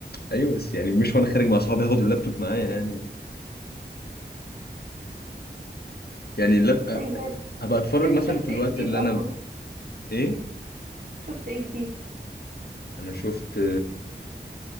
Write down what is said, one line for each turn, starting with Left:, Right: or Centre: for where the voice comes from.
Left: ايوه بس يعني مش وانا خارج مع اصحابي هاخد اللابتوب معايا يعني يعني اللاب
Right: أيا كانت
Left: أ- هبقى اتفرج
Right: انت
Left: مثلا
Right: شفت
Left: في الوقت
Right: ايه جديد
Left: اللي
Right: اصلا
Left: انا ايه
Right: شفت ايه جديد
Left: انا شفت